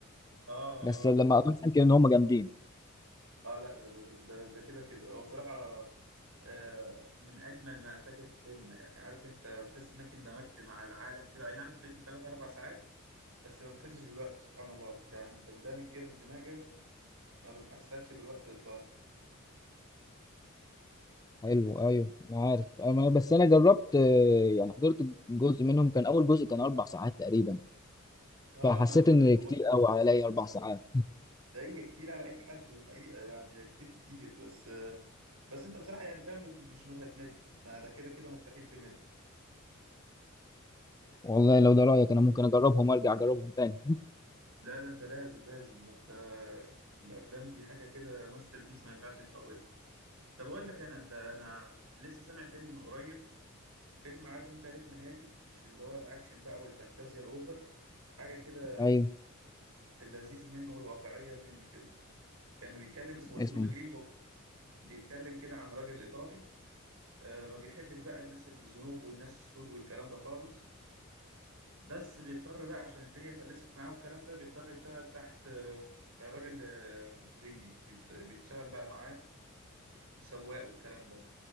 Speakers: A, on the right; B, on the left.
A: اه
B: بس
A: اه
B: لما قريت عنك ان هم جامدين
A: اه لا ده ده ده ده ده كده كده هو بصراحة آه، من اجمل ما انتجت السينما يعني عارف انت تحس انك اندمجت مع العالم كده اي نعم الفيلم 3 4 ساعات بس ما بتحسش بالوقت سبحان الله يعني بتندمج كده اندماجا ما بتحسكش بالوقت اطلاقا
B: حلو ايوه انا عارف أنا بس انا جربت آه، يعني حضرت جزء منهم كان اول جزء كان اربع ساعات تقريبا
A: اه
B: فحسيت
A: ما أنا بقول
B: ان
A: لك هو
B: كتير قوي عليا اربع ساعات
A: ده هي كتير على اي حد دي حقيقة يعني كتير كتير بس بس انت بصراحة يعني فاهم مش مش هتمل ما ده كده كده مستحيل تمل
B: والله لو ده رايك انا ممكن اجربهم ارجع اجربهم تاني <laughs>
A: لا ده انت لازم لازم ده انت الافلام دي حاجة كده ماستر بيس ما ينفعش تفوتها طب اقول لك انا انت انا لسه سامع فيلم من قريب فيلم عارف انت رتم هادي مش اللي هو الاكشن بقى والفانتازيا الاوفر حاجه كده
B: ايوه
A: في اللذيذ منه والواقعيه منه كده كان بيتكلم اسمه اسمه
B: اسمه
A: ذا جرين بوك بيتكلم كده عن راجل ايطالي آه، ما بيحبش بقى الناس الزنوج والناس السود والكلام ده خالص بس بيضطر بقى عشان الدنيا فلست معاه والكلام ده بيضطر يشتغل تحت آه، راجل آه، زنجي بيت- بيشتغل بقى معاه سواق والكلام ده